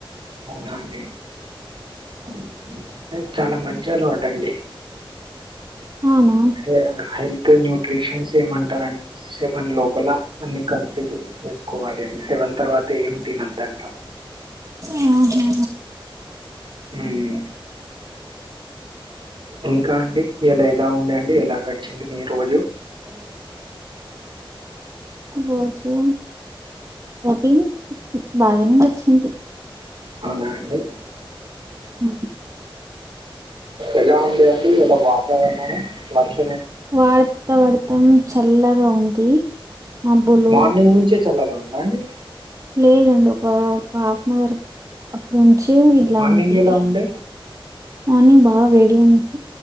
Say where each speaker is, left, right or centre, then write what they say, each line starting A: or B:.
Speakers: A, on the right; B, on the right.
A: అవునండి ఓకే ఎ చాలా మంచి అలవాటు అండి
B: అవునా
A: ఎ హాయిల్ న్యూట్రిషన్స్ ఏమంటారం సెవెన్ లోపల అన్ని కంప్లీట్ చేసుకోవాలి అండి సెవెన్ దన్ తర్వాత ఏం తినొద్దు అంట
B: ఆహా హా
A: హ్మ్ ఇంకా అండి ఇయలా ఎలా ఉంది అండి ఎలా గడిచింది మీ రోజు
B: తెలి రోజు రొటీన్ బాగానే గడిచింది
A: అవునా అండి
B: హ
A: ఎలా ఉండేది అండి ఇయలా వాతావరణము వర్ష
B: వార్త వర్తం చల్లగా ఉంది మబ్బులు
A: మార్నింగ్ నుంచే చల్లగా ఉందా అండి
B: లేదండి ఒక ఒక హాఫ్ అన్ అవర్ అప్పుడుంచి ఇట్లా
A: మార్నింగ్
B: ఉంది
A: ఎలా ఉండే?
B: మార్నింగ్ బా వేడి ఉంది